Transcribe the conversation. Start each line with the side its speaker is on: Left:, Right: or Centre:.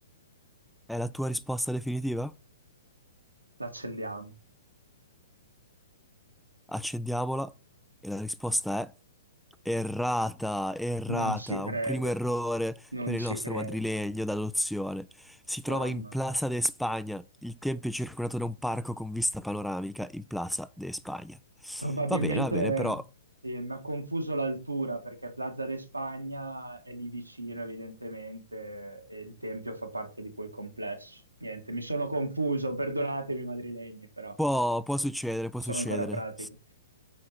Centre: è la tua risposta definitiva?
Right: L'accendiamo.
Centre: accendiamola e la risposta è errata, errata,
Right: Non ci credo,
Centre: un primo errore
Right: non
Centre: per il
Right: ci
Centre: nostro
Right: credo.
Centre: madrilegno d'adozione. Si trova
Right: Mamma.
Centre: in Plaza
Right: mia.
Centre: de Spagna, il tempio è circondato da un parco con vista panoramica in Plaza de Spagna.
Right: Probabilmente
Centre: Va bene, va bene, però
Right: sì, mi ha confuso l'altura perché Plaza de Spagna è lì vicino, evidentemente, e il Tempio fa parte di quel complesso. Niente, mi sono confuso, perdonatemi madrilegni, però
Centre: può, può succedere, può
Right: sono
Centre: succedere.
Right: ancora pratico.